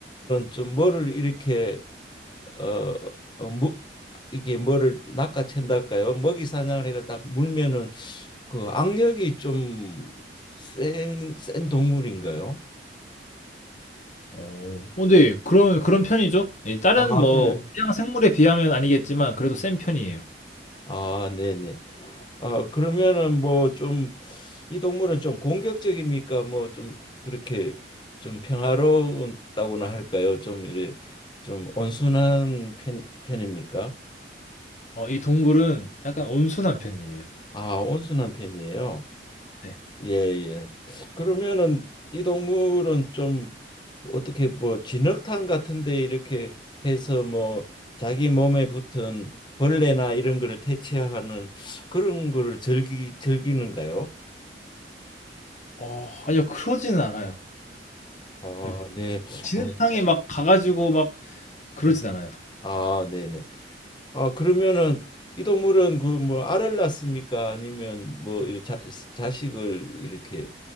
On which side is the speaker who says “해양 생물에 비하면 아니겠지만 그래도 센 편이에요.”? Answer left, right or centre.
Left